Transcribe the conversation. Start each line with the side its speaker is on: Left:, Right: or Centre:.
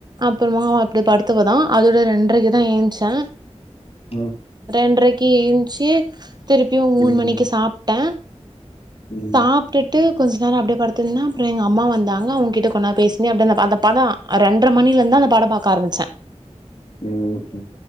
Right: அப்புறமா அப்படி படுத்து <unintelligible> அதோட ரேன்ரைக்குதா ஏழுந்துச்சே
Left: ம்
Right: ரேன்றைக்கு எத்துச்சு திருப்பியு மூணு
Left: ம்
Right: மணிக்கு சாப்ட்டே
Left: ம்
Right: சாப் அப்பட்டு கொஞ்ச நேரம்ப்பே சாப்டுட்டு கொஞ்ச நேர அப்படியே படுத்துருதே அப்புறோ எங்க அம்மா வந்தாங்க அவங்ககிட்ட கொஞ்சோநேரம் பேசிருந்து அப்பே அந்த அந்த பதம் ரெண்ர மணில இருந்துதா அந்த படம் பாக்க ஆரமிச்சே
Left: ம்